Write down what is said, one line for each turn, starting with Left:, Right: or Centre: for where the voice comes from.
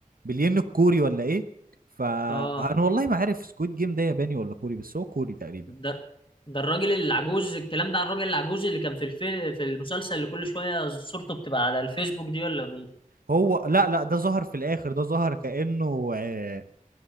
Right: بالين الكوري ولا ايه فانا
Left: اه
Right: والله ما عارف سكويد جيم ده ياباني ولا كوري بس هو كوري تقريبا
Left: ده ده الراجل العجوز الكلام ده عن الراجل العجوز اللي كان في الفي... في المسلسل اللي كل شويه صورته بتبقى على الفيسبوك دي ولا مين
Right: هو لا لا ده ظهر في الاخر ده ظهر كأنه آه